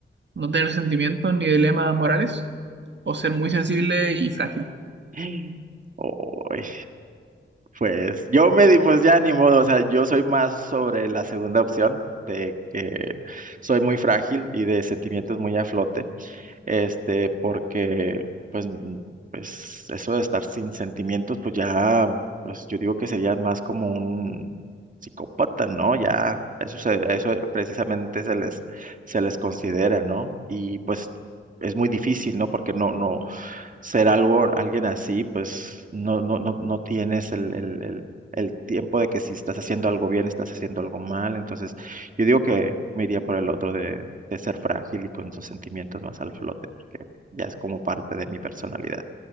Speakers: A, on the right; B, on the right.
A: ¿No tener sentimientos ni dilemas morales? ¿O ser muy sensible y frágil?
B: <gasps> Uy, pues yo me di, pues ya ni modo, o sea, yo soy más sobre la segunda opción, de que soy muy frágil y de sentimientos muy a flote. este, porque pues, mm, pues eso de estar sin sentimientos, pues ya, pues yo digo que sería más como un psicópata, ¿no? Ya, eso se, a eso precisamente se les, se les considera, ¿no? Y pues es muy difícil, ¿no? Porque no, no, ser algo, alguien así, pues no, no, no, no tienes el, el, el, el tiempo de que si estás haciendo algo bien, estás haciendo algo mal. Entonces, yo digo que me iría por el otro de, de ser frágil y con esos sentimientos más al flote, porque ya es como parte de mi personalidad.